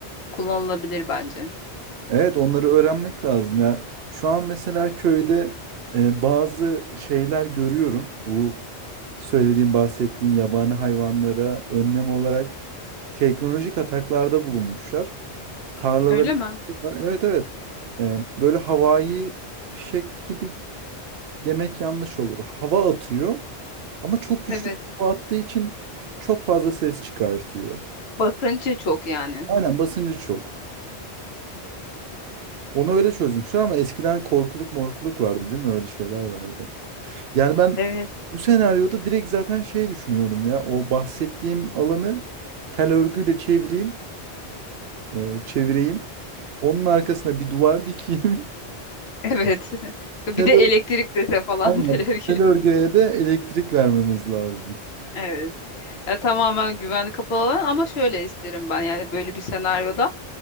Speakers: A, on the left (about 70°); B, on the right (about 70°).
A: kullanılabilir bence.
B: Evet onları öğrenmek lazım ya. Şu an mesela köyde e, bazı şeyler görüyorum. Bu söylediğim, bahsettiğin yabani hayvanlara önlem olarak teknolojik ataklarda bulunmuşlar. Tarlaları
A: Öyle mi?
B: yapıyorlar. Evet evet. E, böyle havai fişek gibi demek yanlış olur. Hava atıyor ama çok güçlü
A: Evet.
B: bir hava attığı için çok fazla ses çıkartıyor.
A: Basıncı çok yani.
B: Aynen basıncı çok. Onu öyle çözmüşler ama eskiden korkuluk morkuluk vardı değil mi? Öyle şeyler vardı. Yani ben
A: Evet.
B: bu senaryoda direkt zaten şey düşünüyorum ya. O bahsettiğim alanı tel örgüyle çevireyim. e, çevireyim. Onun arkasına bir duvar dikeyim.
A: Evet. <laughs>
B: <laughs>
A: Bir
B: Tel
A: de
B: ör-
A: elektrik dese falan
B: Aynen.
A: <laughs> teler
B: Tel örgüye de elektrik vermemiz lazım.
A: Evet. Ya tamamen güvenli kapalı alan ama şöyle isterim ben yani böyle bir senaryoda